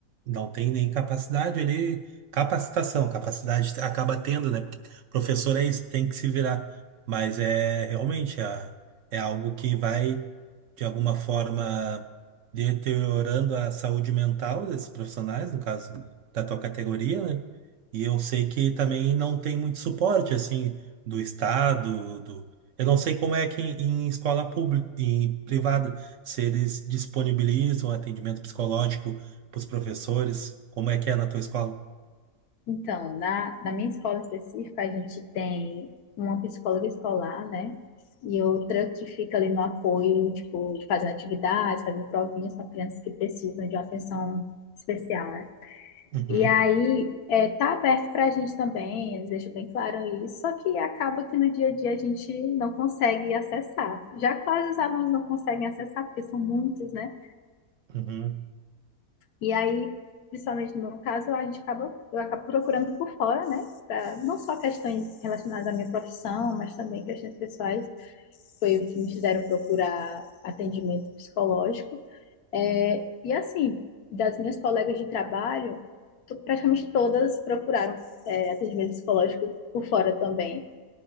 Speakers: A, on the right; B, on the left.
A: não tem nem capacidade ali, capacitação, capacidade acaba tendo, né? Porque professor é isso, tem que se virar. Mas é realmente é, é algo que vai, de alguma forma, deteriorando a saúde mental desses profissionais, no caso da tua categoria, né? E eu sei que também não tem muito suporte, assim, do Estado, do... Eu não sei como é que em, em escola pública, em privada, se eles disponibilizam atendimento psicológico para os professores? Como é que é na tua escola?
B: Então, na, na minha escola específica, a gente tem uma psicóloga escolar, né? E outra que fica ali no apoio, tipo, fazendo atividades, fazendo provinhas para crianças que precisam de uma atenção especial, né?
A: Uhum,
B: E aí, é, tá aberto para a gente também, eles deixam bem claro isso, só que acaba que no dia a dia a gente não consegue acessar. Já quase os alunos não conseguem acessar, porque são muitos, né?
A: uhum.
B: E aí, principalmente no meu caso, a gente acaba, eu acabo procurando por fora, né? Pra- não só questões relacionadas à minha profissão, mas também questões pessoais. Foi o que me fizeram procurar atendimento psicológico. É, E assim, das minhas colegas de trabalho, to- praticamente todas procuraram é, atendimento psicológico por fora também,